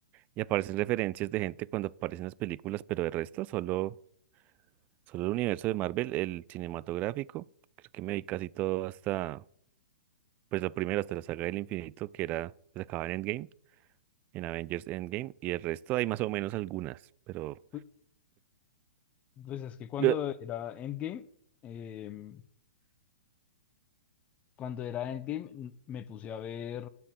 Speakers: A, on the right; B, on the left.
A: y aparecen referencias de gente cuando aparecen las películas, pero el resto solo, solo el universo de Marvel, el cinematográfico. Creo que me vi casi todo hasta Pues la primera hasta la saga del infinito, que era, se acababa en Endgame, en Avengers Endgame, y el resto hay más o menos algunas, pero
B: Pues, pues es que cuando
A: eh,
B: era Endgame, eh, cuando era Endgame n- me puse a ver